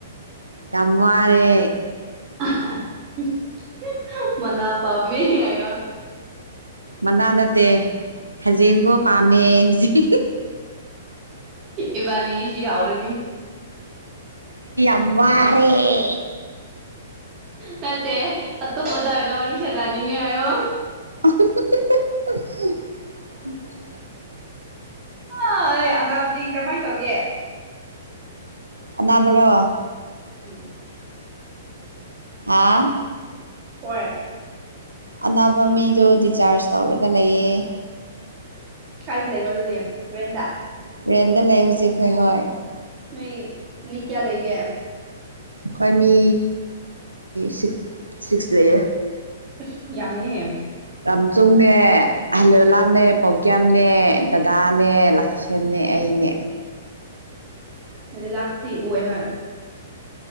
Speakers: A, on the right (about 85°); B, on the right (about 35°).
A: ꯍꯥꯝꯋꯥꯥꯔꯦ
B: <unintelligible> ꯃꯅꯥ ꯄꯥꯝꯃꯦ ꯍꯦꯑꯌꯣ
A: ꯃꯅꯥ ꯅꯠꯇꯦ ꯍꯦꯟꯖꯦꯡꯒꯣ ꯄꯥꯝꯃꯦ ꯍꯨꯖꯤꯛ
B: ꯏꯕꯥꯅꯤ ꯁꯤ ꯌꯥꯥꯎꯔꯅꯤ
A: ꯑꯝ ꯋꯥꯔꯦ
B: ꯅꯠꯇꯦ ꯑꯇꯨꯞꯄꯗ ꯑꯣꯏꯅ ꯋꯥꯔꯤ ꯁꯥꯟꯅꯅꯤꯡꯉꯦ ꯍꯥꯏꯌꯣ
A: ꯑ ꯍꯍꯍꯍꯍ <unintelligible>
B: ꯑꯥꯏ ꯑꯅꯥꯞꯗꯤ ꯀꯔꯃꯥꯏꯟ ꯇꯧꯒꯦ
A: ꯑꯅꯕꯔꯣ
B: ꯎꯝ
A: ꯑꯥ
B: ꯑꯣꯏ
A: ꯑꯅꯥꯕ ꯃꯤꯗꯣ ꯗꯤꯆꯥꯔꯁ ꯇꯧꯔꯒ ꯂꯩꯌꯦ
B: ꯀꯥꯏꯗ ꯂꯩꯕ ꯑꯗꯨꯗꯤ ꯔꯦꯟꯗ
A: ꯔꯦꯟꯗ ꯂꯩ ꯍꯨꯖꯤꯛ ꯈꯣꯏ ꯍꯣꯏ
B: ꯅꯣꯏ ꯃꯤ ꯀꯌꯥ ꯂꯩꯒꯦ
A: ꯀꯣꯏ ꯃꯤ ꯁꯤꯛ ꯁꯤꯛꯁ ꯂꯩꯌꯦ
B: ꯑꯁ ꯌꯥꯝꯃꯦꯑꯦ
A: ꯔꯥꯝꯆꯨꯡꯅꯦ ꯍꯜꯂꯣꯂꯥꯜꯅꯦ ꯄꯥꯎꯀꯤꯌꯥꯞ ꯎꯝꯅꯦ ꯗꯗꯥꯅꯦ ꯂꯀꯤꯁꯦꯟꯅꯦ ꯑꯩꯅꯦ
B: ꯑ ꯂꯥꯛꯇ ꯑꯣ ꯑꯦꯍ